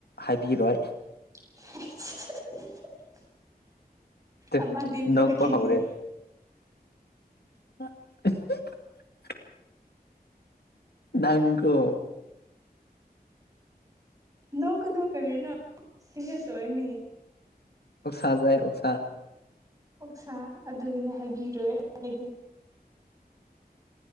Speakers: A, on the left (about 80°); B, on the right (about 20°).
A: ꯍꯥꯏꯕꯤꯔꯣꯏ
B: <unintelligible>
A: ꯇꯨ
B: ꯑꯃ ꯗꯤꯟ ꯈꯣꯏ
A: ꯅꯣꯛꯄ
B: ꯀꯤꯌꯦ
A: ꯍꯧꯔꯦ <inaudible> ꯅꯪꯀꯣ
B: ꯅꯣꯛ ꯀꯅꯨ ꯀꯔꯤꯅꯣ ꯁꯤꯔꯤꯁ ꯑꯣꯏꯅꯤ
A: ꯁꯥꯖ ꯁꯥ
B: ꯁꯥ ꯑꯗꯨꯒꯤꯅꯦ ꯍꯥꯏꯕꯤꯔꯣꯏ ꯍꯥꯏꯗꯣ